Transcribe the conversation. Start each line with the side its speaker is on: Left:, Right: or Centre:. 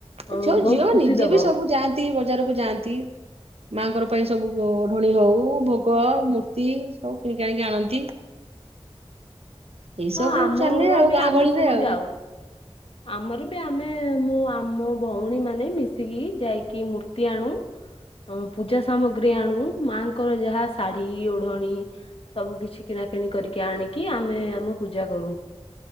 Left: ଅ
Right: ଏ ଯୋଉ
Left: ବହୁତ
Right: ଝିଅ
Left: ଖୁସି
Right: ନିଜେ
Left: ଦବ
Right: ବି ସବୁ ଯାଆନ୍ତି ବଜାରକୁ ଯାଆନ୍ତି ମାଙ୍କର ପାଇଁ ସବୁ ଓଢଣୀ ହଉ ଭୋଗ୍ ପ ମୂର୍ତ୍ତି ସବୁ କିଣିକାଣିକି ଆଣନ୍ତି। ଏଇ
Left: ହଁ
Right: ସବୁ
Left: ଆମର
Right: ଚାଲେ ଆଉ
Left: ବି
Right: ଗାଁ
Left: ଆମେ
Right: ଗହଳିରେ
Left: ସବୁ
Right: ଆଉ।
Left: ଯାଉ ଆମର ବି ଆମେ ଏ ମୁଁ ଆମ ଭଉଣୀ ମାନେ ମିଶିକି ଯାଇକି ମୂର୍ତ୍ତି ଆଣୁ ଅଁ ପୂଜା ସାମଗ୍ରୀ ଆଣୁ ମାଙ୍କର ଯାହା ଶାଢୀ ଓଢଣୀ ସବୁ କିଛି କିଣାକିଣି କରିକି ଆଣିକି ଆମେ ଆମ ପୂଜା କରୁ